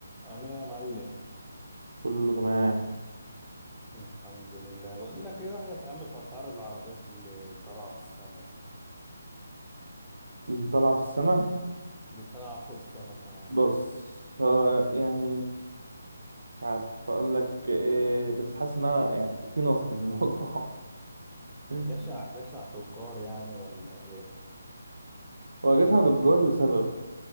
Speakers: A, in the centre; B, on the right.
A: عامل ايه يا معلم
B: كله تمام
A: الحمد لله بقول لك ايه رأيك يا عم في اسعار العربيات اللي طالعه في السما دي
B: اللي طالع في السماء
A: دي طالعه فوق السما كمان
B: بص هو يعني مش عارف اقول لك ايه بس حاسس ان أنا يعني في نصب في الموضوع <laughs>
A: جشع جشع تجار يعني ولا ايه
B: هو جشع دجار لسبب